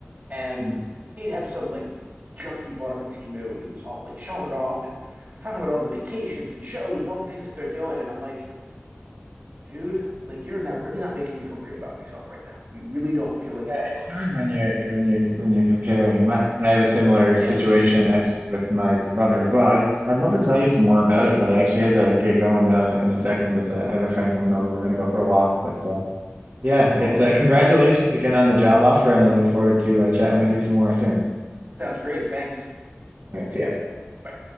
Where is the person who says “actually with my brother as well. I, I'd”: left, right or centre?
Right